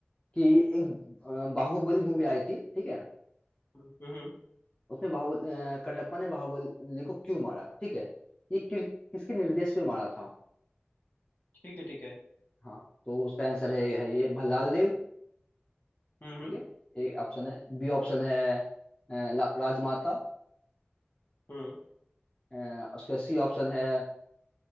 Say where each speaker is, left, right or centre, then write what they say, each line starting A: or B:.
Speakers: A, on the left; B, on the left.
A: कि एक अ, बाहुबली मूवी आई थी ठीक है
B: हम्म हम्म,
A: उसमें बाहुबली अ, कटप्पा ने बाहुबली को क्यों मारा ठीक है ये कि, किसके निर्देश पे मारा था
B: ठीक है ठीक है
A: हाँ तो उसका आंसर है, है ये भल्लाल देव
B: हम्म
A: ठीक
B: हम्म
A: है एक ऑप्शन है बी ऑप्शन है अ, ला- राजमाता
B: हम्म,
A: अ, उसका सी ऑप्शन है